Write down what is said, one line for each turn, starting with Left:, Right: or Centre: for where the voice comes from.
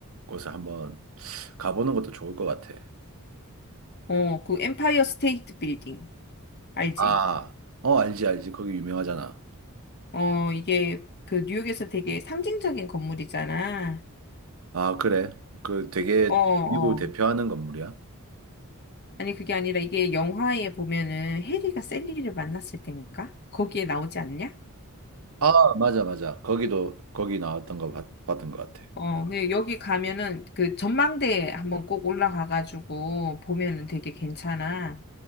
Right: 곳을 한번 가보는 것도 좋을 것 같아.
Left: 어, 그 엠파이어 스테이트 빌딩, 알지?
Right: 아, 어, 알지, 알지. 거기 유명하잖아.
Left: 어, 이게 그 뉴욕에서 되게 상징적인 건물이잖아.
Right: 아, 그래. 그 되게
Left: 어, 어.
Right: 미국을 대표하는 건물이야.
Left: 아니, 그게 아니라 이게 영화에 보면은 해리가 셀리를 만났을 땐가? 거기에 나오지 않냐?
Right: 아, 맞아, 맞아. 거기도, 거기 나왔던 거 봤, 봤던 것 같아.
Left: 어, 근데 여기 가면은 그 전망대 한번 꼭 올라가가지고 보면은 되게 괜찮아.